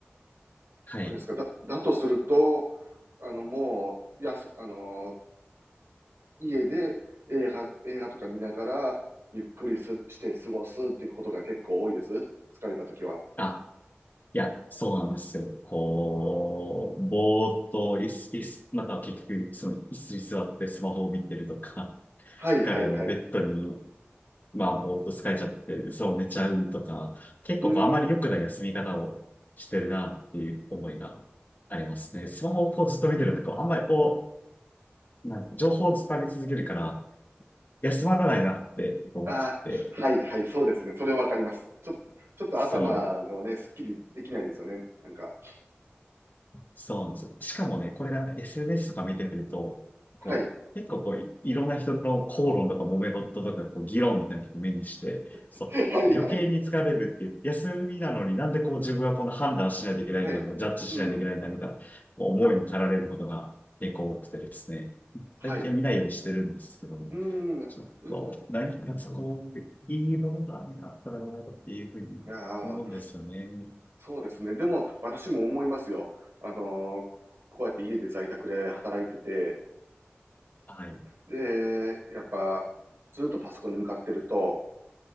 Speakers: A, on the left (about 45°); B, on the right (about 80°).
A: はい。
B: ですか。だ、だとすると、あの、もう、やす、あの、家で映画、映画とか見ながら、ゆっくりする、して過ごすってことが結構多いです。疲れた時は。
A: あいや、そうなんですよ。こう、ぼーっと、い子、いす子、また結局、その椅子に座ってスマホを見てるとか、<laughs>
B: はいはいはい。
A: 彼はベッドに、
B: う
A: まあ、ぼーっと疲れちゃって、そう寝ちゃうとか、結構こうあまり良くない休み方をしてるなっていう思いがありますね。
B: ーん。
A: スマホをこうずっと見てると、こう、あんまりこう、なんか情報を伝え続けるから、休まらないなってこう思っちゃって、
B: あー、はいはい、そうですね。それはわかります。ちょ、ちょっと頭がね、
A: そう。
B: すっきりできないですよね。なんか。
A: そうなんですよ。しかもね、これがなんか SNS とか見てると、
B: はい。
A: こう、結構こうい、いろんな人の口論とか揉め事とか、こう、議論みたいなのを目にして、そう、
B: <laughs> はいはい。
A: 余計に疲れるっていう、休みなのになんでこう自分はこの判断しないといけないんだみたいな、
B: はい。
A: ジャッジしないといけないんだみたいな、
B: うん。
A: こう思いに駆られることが結構多くてですね、
B: はい。
A: 最近は見ないようにしてるんですけども、
B: うーん。
A: ちょっと、
B: うん。
A: 何かそこ、いいものがねあったらなっていうふうに思うんですよね。
B: ああ。そうですね。でも、私も思いますよ。あの、こうやって家で在宅で働いてて、
A: はい。
B: で、やっぱ、ずっとパソコンに向かってると、